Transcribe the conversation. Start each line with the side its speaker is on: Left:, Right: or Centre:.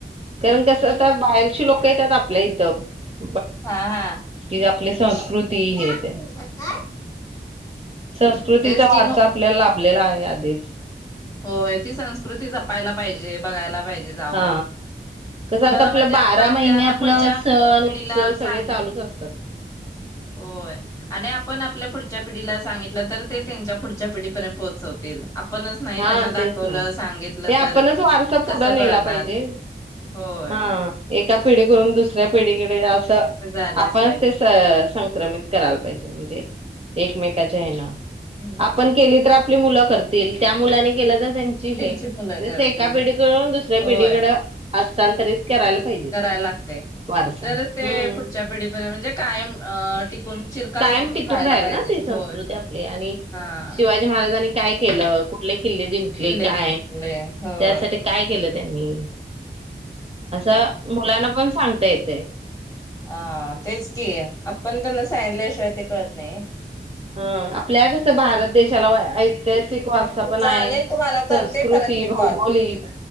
Right: कारण कसं आता बाहेरची लोकं येतात आपल्या इथं. <inaudible>
Left: <inaudible>
Right: कि आपली संस्कृती हे ते संस्कृतीचा
Left: तेच कि
Right: वारसा
Left: मग
Right: आपल्याला लाभलेला आहे आध <inaudible>
Left: हो ती संस्कृती जपायला पाहिजे बघायला पाहिजे. जाऊन
Right: हा कसं
Left: पुढं
Right: आता आपलं
Left: म्हणजे
Right: बारा
Left: आपण
Right: महिने
Left: त्या आता
Right: आपलं
Left: पुढच्या
Right: सण
Left: पिढीला
Right: उत्सव
Left: सांग
Right: सगळे चालूच असतात.
Left: होय आणि आपण आपल्या पुढच्या पिढीला सांगितलं तर ते त्यांच्या पुढच्या पिढीपर्यंत पोहोचवतील. आपणच नाही
Right: हा
Left: त्यांना दाखवलं
Right: तेच ना
Left: सांगितलं
Right: ते आपणच
Left: तर
Right: वारसा
Left: कसं
Right: पुढं नेला
Left: कळणार
Right: पाहिजे
Left: होय.
Right: हा एका पिढी कडून दुसर पिढीडे तर
Left: ते जायलाच
Right: आपणच
Left: पाहिजे
Right: ते संक्रमित करायला पाहिजे म्हणजे एकमेकाच्या हेन
Left: हम्म
Right: आपण केली तर आपली मुलं करत तन ते त्या मुलाने केलं तर
Left: त्यांची मुलं
Right: जसं
Left: करतील
Right: एका पिढीकडून दुसऱ्या
Left: होय
Right: पिढीकडं हस्तांतरित करायला पाहिजे
Left: करायला
Right: ती
Left: लागते
Right: वारसा
Left: तर
Right: हम्म
Left: ते पुढच्या पिढीपर्यंत म्हणजे कायम- टिकून चिरकाल
Right: कायम टिकून
Left: राहायला
Right: राहील
Left: पाहिजे
Right: ना ती संस्कृती
Left: होय.
Right: आपली आणि
Left: हा
Right: शिवाजी महाराजांनी काय केलं कुठले किल्ले जिंकले
Left: किल्ले
Right: काय
Left: जिंकले होय.
Right: त्यासाठी काय केलं. त्यांनी असं मुलांना पण सांगतायेत.
Left: अ तेच कि आपण तर नस सांगीतल्याशिवाय ते कळत नाही.
Right: हा आपल्या कसं भारत देशाला ऐतिहासिक वारसा पण
Left: चालेल
Right: आहे
Left: तुम्हाला
Right: संस्कृती
Left: करते परत मी
Right: भौगोलिक
Left: कॉल.